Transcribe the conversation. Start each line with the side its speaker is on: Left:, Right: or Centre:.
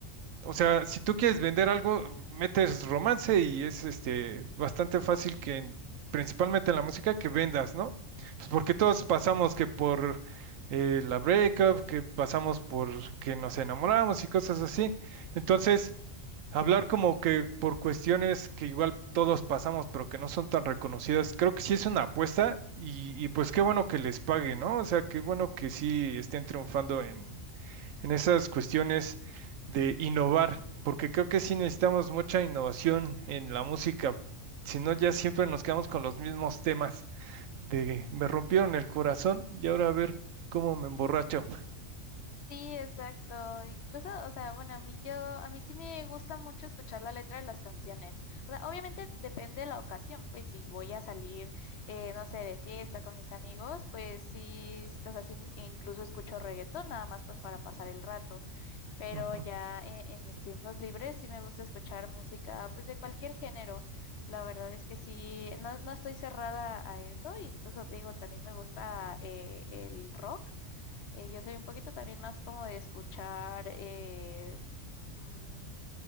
Right: o sea, si tú quieres vender algo, metes romance y es este bastante fácil que en- principalmente en la música que vendas, ¿no? Pues porque todos pasamos que por eh, la breakup, que pasamos por que nos enamoramos y cosas así. Entonces, hablar como que por cuestiones que igual todos pasamos, pero que no son tan reconocidas, creo que sí es una apuesta y, y pues qué bueno que les pague, ¿no? O sea, qué bueno que sí estén triunfando en esas cuestiones de innovar, porque creo que sí necesitamos mucha innovación en la música, si no ya siempre nos quedamos con los mismos temas de me rompieron el corazón y ahora a ver cómo me emborracho.
Left: Sí, exacto. Incluso, o sea, bueno, a mí yo, a mí sí me gusta mucho escuchar la letra de las canciones. O sea, obviamente depende de la ocasión, pues si voy a salir, eh, no sé, de fiesta con mis amigos, pues sí, s- o sea, sí, incluso escucho reggaetón, nada más pues para pasar el rato. Pero
Right: Ujú.
Left: ya en, en mis tiempos libres sí me gusta escuchar música, pues de cualquier género. La verdad es que sí, no, no estoy cerrada a eso. Incluso te digo, también me gusta eh, el rock. Eh, yo soy un poquito también más como de escuchar, eh, mm,